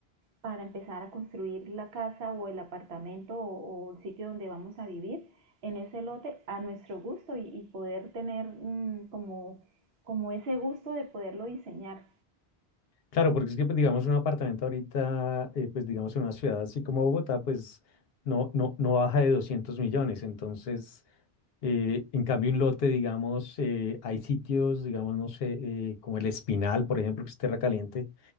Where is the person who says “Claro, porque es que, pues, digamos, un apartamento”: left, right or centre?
Left